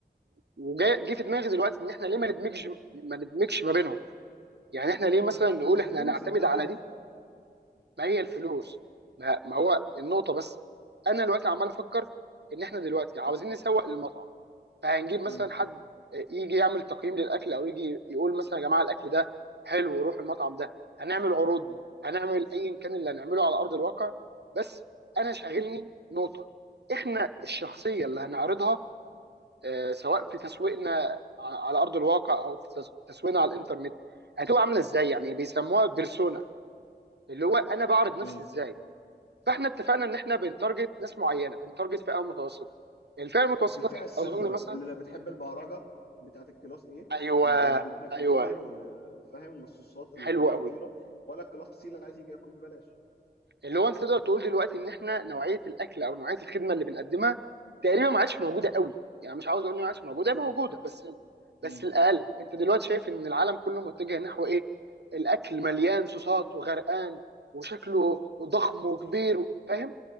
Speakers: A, on the right (about 75°); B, on the left (about 65°).
A: وجاي جه في دماغي دلوقتي ان احنا ليه ما ندمجش ما ندمجش ما بينهم يعني احنا ليه مثلا
B: الفلو...
A: نقول
B: الفلوس
A: احنا هنعتمد
B: انت عارف
A: على دي ما هي الفلوس ما, ما هو النقطه بس انا دلوقتي عمال افكر ان احنا دلوقتي عاوزين
B: مم.
A: نسوق للمطعم فهنجيب مثلا
B: مم.
A: حد يجي يعمل تقييم للاكل او يجي يقول مثلا يا جماعه الاكل ده حلو وروح المطعم ده هنعمل عروض
B: مم.
A: هنعمل ايا كان اللي هنعمله على ارض الواقع بس انا شاغلني نقطه احنا الشخصيه اللي هنعرضها آه، سواء في تسويقنا ع- على ارض الواقع او في تس- تسويقنا على الانترنت هتبقى عامله ازاي يعني بيسموها بيرسونا اللي هو انا بعرض نفسي
B: مم.
A: ازاي فاحنا اتفقنا ان احنا بنتارجت ناس معينه بنتارجت فئه متوسطه الفئه المتوسطه
B: الفئه
A: دي
B: السمبل
A: اظن مثلا
B: اللي لا بتحب البهرجه بتاعت الكلاس ايه
A: ايوه
B: والجبنه الكتير
A: ايوه
B: وفاهم والصوصات الخطيره
A: حلو قوي
B: ولا الكلاس سي اللي عايز يجي ياكل ببلاش
A: اللي هو انت تقدر تقول دلوقتي ان احنا نوعيه الاكل او نوعيه الخدمه اللي بنقدمها تقريبا ما عادش موجوده قوي يعني مش عاوز اقول ان ما عادش موجوده
B: بالظبط
A: هي موجوده بس بس
B: مم.
A: الاقل انت دلوقتي شايف ان العالم كله متجه نحو ايه الاكل مليان صوصات وغرقان وشكله ضخم وكبير فاهم